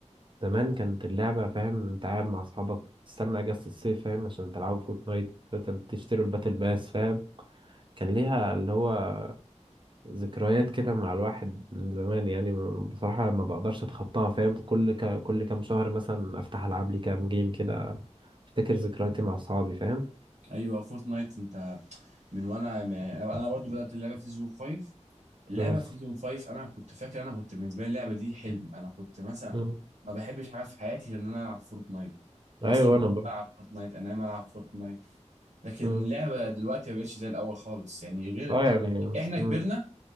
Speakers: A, on the right; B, on the right.
A: زمان كانت اللعبة فاهم انت قاعد مع اصحابك تستنى اجازة الصيف فاهم عشان تلعبوا فورتنايت مثلا تشتروا الباتل باس فاهم كان ليها اللي هو ذكريات كده مع الواحد من زمان يعني بصراحة ما بقدرش اتخطاها فاهم كل ك... كل كام شهر مثلا افتح العب لي كام جيم كده افتكر ذكرياتي مع اصحابي فاهم
B: ايوه فورتنايت انت من وانا من يعني انا برضو بدات اللعبه في سيزون 5 اللعبه
A: مم.
B: في سيزون 5 انا كنت فاكر انا كنت بالنسبه لي اللعبه دي حلم انا كنت مثلا
A: مم.
B: ما بحبش حاجه في حياتي غير ان انا العب فورتنايت اصحى
A: ايوه
B: من النوم
A: انا برضه
B: العب فورتنايت انام العب فورتنايت لكن
A: مم.
B: اللعبه دلوقتي ما بقتش زي الاول خالص يعني غير
A: اه يعني مم.
B: احنا
A: مم.
B: كبرنا